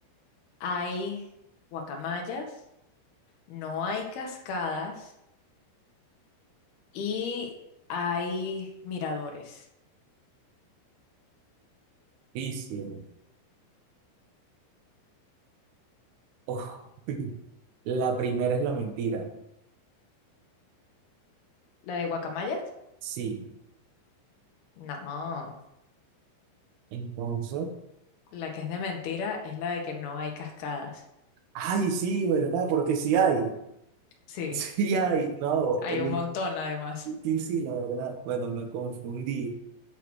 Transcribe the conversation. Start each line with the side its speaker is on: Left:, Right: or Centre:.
Left: hay guacamayas, no hay cascadas. Y hay miradores.
Right: Difícil. Uf. <laughs> La primera es la mentira.
Left: ¿La de Guacamayas?
Right: Sí.
Left: No,
Right: Entonces.
Left: la que es de mentira es la de que no hay cascadas.
Right: Ay, sí, ¿verdad? Porque sí hay. <laughs>
Left: Sí,
Right: Sí hay. No,
Left: hay
Right: el-
Left: un montón además.
Right: sí, sí, la verdad. Bueno, me confundí.